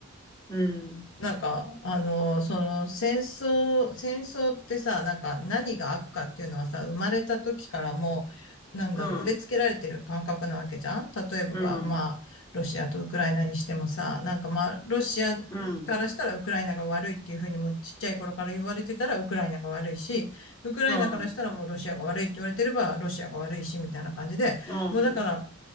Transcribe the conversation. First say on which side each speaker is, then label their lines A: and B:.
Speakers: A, on the left; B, on the left.
A: うん、
B: なんか、あの、その戦争、戦争ってさ、なんか何が悪かっていうのはさ、生まれた時からもう、なんだろう、
A: うん、
B: 植え付けられてる感覚なわけじゃん例えば、
A: うん、
B: まあ、ロシアとウクライナにしてもさ、なんかまあ、ロシアからしたらウクライナが悪いっていうふうにもちっちゃい頃から言われてたらウクライナが悪いし、
A: うん、
B: ウクライナからしたらもうロシアが悪いって言われてればロシアが悪いし、
A: うん、うん、
B: みたいな感じで、
A: うん、
B: もうだから、